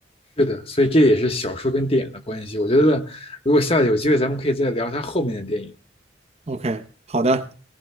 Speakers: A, on the left; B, on the right.
A: 是的，所以这也是小说跟电影的关系。我觉得如果下次有机会，咱们可以再聊它后面的电影。
B: OK，好的。